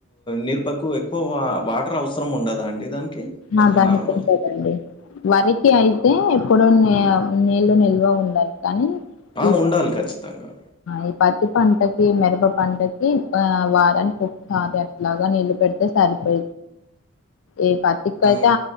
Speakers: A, on the left; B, on the left.
A: మిరపకు ఎక్కువ వా వాటర్ అవసరం ఉండద అండి దానికి అచ్చ
B: ఆ దానికి
A: నార్మల్గా
B: ఉంటదండి వరికి అయితే ఇప్పుడు నీ నీళ్లు నిల్వ ఉండాలి కానీ
A: ఆ
B: ఈ
A: ఉండాలి ఖచ్చితంగా
B: ఈ పన్ పంటకి మిరప పంటకి ఆ వారానికి ఒకసారి అట్లాగా నీళ్ళ పెడితే సరిపో ఈ పత్తికైతే
A: మ్